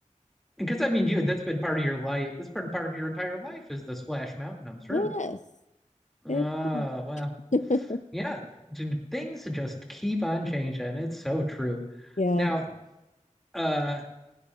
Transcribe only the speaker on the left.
yes.
It-
<laughs>
yeah.